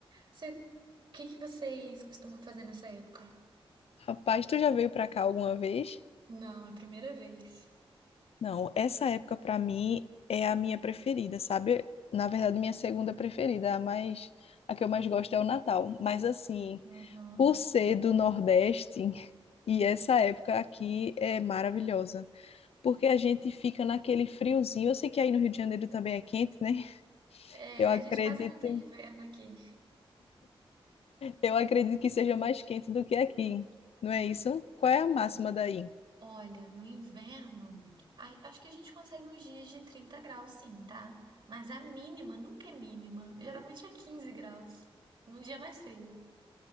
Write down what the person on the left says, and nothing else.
Rapaz, tu já veio pra cá alguma vez?
Não, essa época pra mim é a minha preferida, sabe? Na verdade, minha segunda preferida, a mais a que eu mais gosto é o Natal, mas assim,
por ser do Nordeste, <laughs> e essa época aqui é maravilhosa, porque a gente fica naquele friozinho. Eu sei que aí no Rio de Janeiro também é quente, né? <laughs>
Eu acredito,
eu acredito que seja mais quente do que aqui. Não é isso? Qual é a máxima daí?